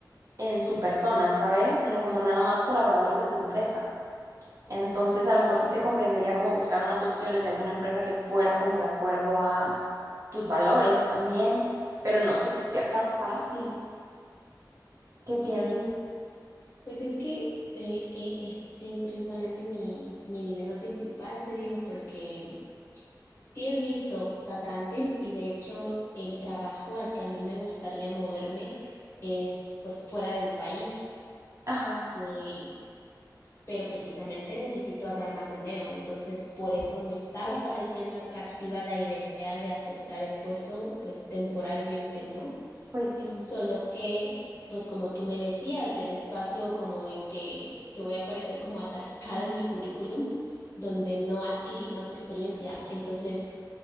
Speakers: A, on the right; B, on the left.
A: en su persona, ¿sabes? Sino como nada más colaborador de su empresa. Entonces, a lo mejor sí te convendría como buscar unas opciones de alguna empresa que fuera como de acuerdo a tus valores también, pero no sé si sea tan fácil. ¿Qué piensas?
B: Sí, Pues es que eh, eh, ese es precisamente mi, mi dilema principal, te digo, porque sí he visto vacantes
A: Ujú.
B: y de hecho el trabajo al que a mí me gustaría moverme es pues fuera del país,
A: Ajá,
B: eh, pero precisamente necesito ahorrar más dinero, entonces por eso me estaba
A: que
B: pareciendo atractiva la idea de aceptar el puesto pues temporalmente, ¿no?
A: pues sí.
B: Solo que, pues como tú me decías, del espacio como en que, que voy a aparecer como atascada en mi currículum, donde no adquirí más experiencia. Entonces,